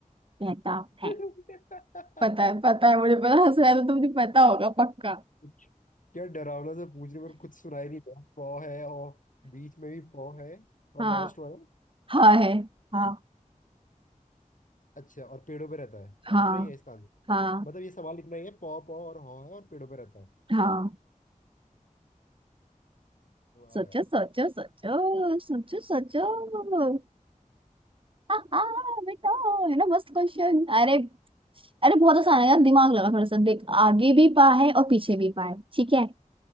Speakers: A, on the right; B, on the left.
A: रहता
B: <laughs>
A: है पता है पता है मुझे पता हंस रहा है तो तुमने पता होगा पक्का
B: कुछ- क्या डरावना सा पूछ रहे हो, पर कुछ सुनाई नहीं था पौ है और बीच में भी पौ है और
A: हाँ
B: लास्ट वाला
A: हाँ है हाँ
B: अच्छा और पेड़ों पे रहता है
A: हाँ
B: इतना ही है इसका आंसर
A: हाँ
B: मतलब ये सवाल इतना ही है पौ पौ और हौ है और पेड़ों पे रहता है
A: हाँ
B: वाह
A: सोचो
B: यार
A: सोचो सोचो सोचो सोचो हाँ हाँ बेटा है ना मस्त क्वेश्चन अरे अरे बहुत आसान है यार दिमाग लगा थोड़ा सा देख आगे भी पा है और पीछे भी पा है ठीक है